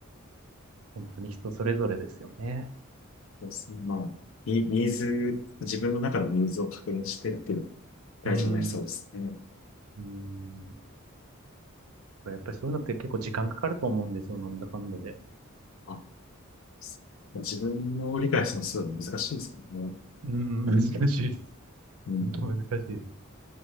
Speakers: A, on the right; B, on the left.
A: 本当に人それぞれですよね。
B: そうですね。まあ、ニニーズ、自分の中のニーズを確認してっていうのが大事になりそうですね。
A: うーん。うーん。やっぱりそういうのって結構時間かかると思うんですよ、なんだかんだで。
B: あ、す自分を理解するのすごい難しいですからね。
A: うーん、難しいです。
B: うん。
A: 本当難しいです。